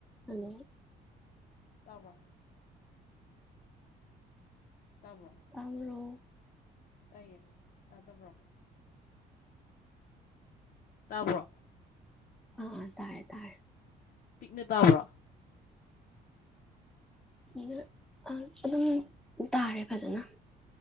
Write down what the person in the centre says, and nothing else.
hello
ꯑꯔꯣ
ꯑꯥ ꯇꯥꯔꯦ ꯇꯥꯔꯦ
ꯅ ꯑꯗꯨꯝ ꯇꯥꯔꯦ ꯐꯖꯅ